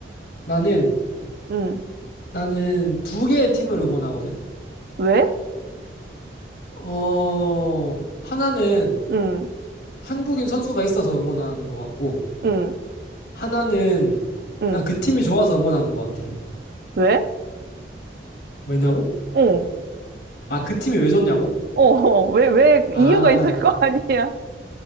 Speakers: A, on the left; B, on the right.
A: 나는,
B: 응.
A: 나는 두 개의 팀을 응원하거든?
B: 왜?
A: 어, 하나는
B: 응,
A: 한국인 선수가 있어서 응원하는 것 같고,
B: 응,
A: 하나는
B: 응.
A: 그냥 그 팀이 좋아서 응원하는 것 같아.
B: 왜?
A: 왜냐고?
B: 어,
A: 아, 그 팀이 왜 좋냐고?
B: 어, 어. 왜, 왜,
A: 아,
B: 이유가 있을 거 아니야?